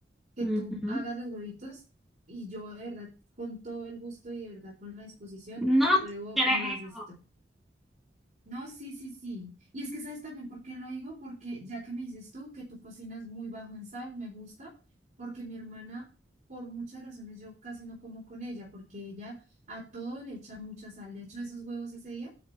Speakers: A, on the right; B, in the centre.
A: que
B: Ujú.
A: tú hagas los huevitos y yo de verdad, con todo el gusto y de verdad con la disposición,
B: No
A: pruebo
B: creo.
A: cómo lo haces tú. No, sí, sí, sí. Y es que sabes también por qué lo digo, porque ya que me dices tú que tú cocinas muy bajo en sal, me gusta, porque mi hermana, por muchas razones, yo casi no como con ella, porque ella a todo le echa mucha sal. De hecho, esos huevos ese día,